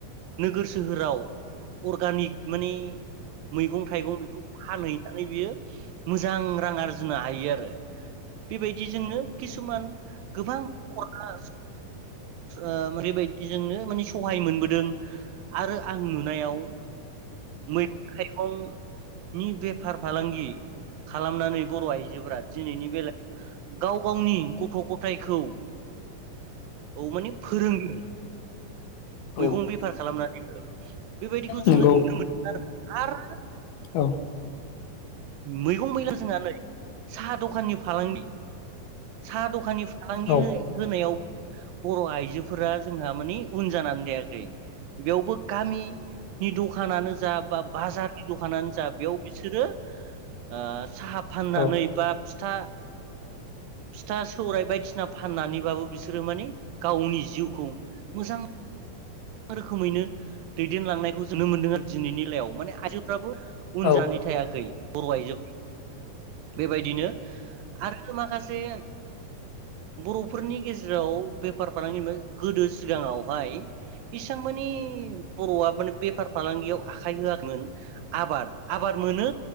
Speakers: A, on the right; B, on the left.
A: नोगोर सोहोराव अर्गानिक माने मैगं थाइगं बेखौ फानहैनानै बियो मोजां रां आरजिनो हायो आरो बेबायदिजोंनो खिसुमान गोबां न'खरा ओ बेबायदिजोंनो माने सहाय मोनबोदों आरो आं नुनायाव मै थाइगं नि बेफार फालांगि खालामनानै बर' आइजोफोरा दिनैनि बेला गाव गावनि गथ' गथायखौ औ माने फोरोंदों।
B: औ
A: मैगं बेफार खालामना। <inaudible> बेबायदिखौ जोंनो
B: नंगौ
A: नुनो मोनदों आरोना। आरो
B: औ
A: मैगं मैला जोंहा नै साहा दखाननि फालांगि साहा दखाननि फालांगि
B: औ
A: होय-होनायाव बर' आइजोफोरा जोंहा मानि उन जानानै थायाखै बेयावबो गामि नि दखानानो जा बा बाजारनि दखानानो जा बेयाव बिसोरो आ साहा फाननानै
B: औ
A: बा फिथा फिथा सौराइ बायदि फाननानैबाबो बिसोरो माने गावनि जिउखौ मोजां रोखोमैनो दैदेनलांनायखौ जोननो मोनदों आरो दिनैनिलायाव माने आइजोफ्राबो उन
B: औ
A: जानो थायाखै बर' आइजो बेबायदिनो आरो माखासे बर'फोरनि गेजेराव बेफार फालांगि गोदो सिगाङावहाय इसां मानि बर'आ माने बेफार फालांगियाव आखाइ होआखैमोन आबाद आबाद मोनो